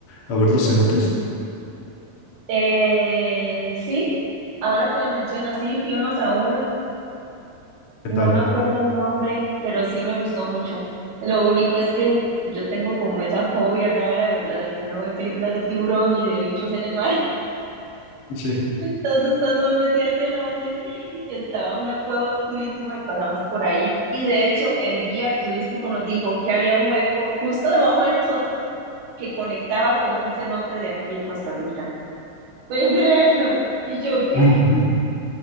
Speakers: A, on the left; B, on the right.
A: a ver los cenotes?
B: Eh, sí, ahora que lo mencionas, sí, fuimos a uno,
A: ¿Qué
B: no
A: tal?
B: me acuerdo el nombre, pero sí me gustó mucho. Lo único es que yo tengo como esa fobia rara, ¿verdad? De que uno ve películas de tiburón y de bichos en el mar.
A: Sí.
B: Entonces, cuando me metí al cenote, estaba una cueva oscurísima y pasamos por ahí. Y de hecho, el guía turístico nos dijo que había un hueco justo debajo de nosotros que conectaba con un cenote de aquí de Costa Rica. ¿Puedes creerlo? Y yo, ¿qué?
A: <laughs>